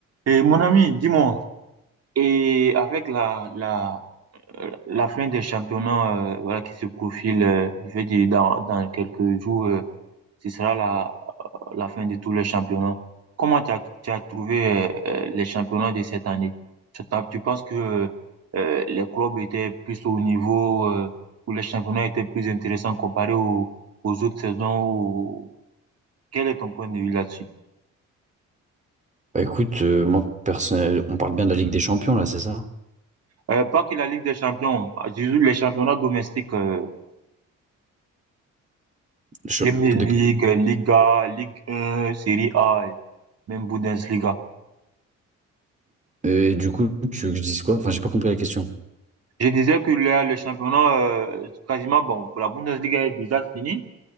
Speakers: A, on the right; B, on the right.
A: Et mon ami, dis-moi, et avec la, la, euh, la fin des championnats euh, voilà, qui se profile, euh, je veux dire dans, dans quelques jours, euh, ce sera la, la fin de tous les championnats. Comment tu as, tu as trouvé euh, euh, les championnats de cette année? Tu, t'as- tu penses que euh, les clubs étaient plus au niveau, euh, ou les championnats étaient plus intéressants comparés aux, aux autres saisons? Ou... Quel est ton point de vue là-dessus?
B: Bah, écoute, euh, moi, personnel, on parle bien de la Ligue des Champions, là, c'est ça?
A: Euh, pas que la Ligue des Champions, euh, je les championnats domestiques. euh,
B: Je-
A: Premier
B: de-
A: League, Liga, Ligue 1, Série A, et même Bundesliga.
B: euh, Et du coup, tu veux que je dise quoi? Enfin, j'ai pas compris la question.
A: Je disais que là, le championnat, euh, quasiment, bon, la Bundesliga est déjà finie.